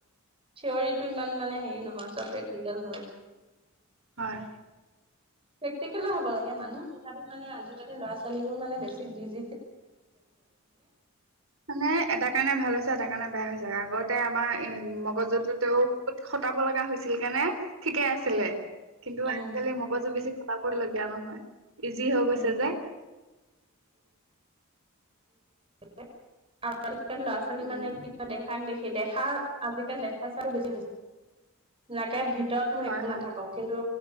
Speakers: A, on the right; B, on the right.
A: থিৱৰিটো ই মানে হে নহয় চব প্ৰেক্টিক হয়।
B: হয়
A: প্ৰেক্টিকেল হব লাগে মানুহ তাপাল ল'ৰা ছোৱালী বোৰ মানে বেছিকৈ
B: মানে এটা কাৰণে ভাল হৈছে এটা কাৰণে বেয়া হৈছে আগত। আমাৰ এ মগজুতু টো খটাব লগা হৈছে আছিল কেনেে ঠিকে আছিলে
A: উম,
B: কিন্তু
A: উম,
B: আজিকালি মগজু বেছি ক কৈ লগীয়া নহয়। ইজি হৈ গৈছে
A: উম।
B: যে।
A: <inaudible> ল'ৰা ছোৱালী
B: উম
A: মানে কিবা দেখাক দেখ স দেখা আজিকালি দেখা চাৰ বেছি হৈ হৈছে নাকে ভিত ভিতৰত মই
B: হয়
A: একো
B: হয়
A: নাথাকো কিন্তু।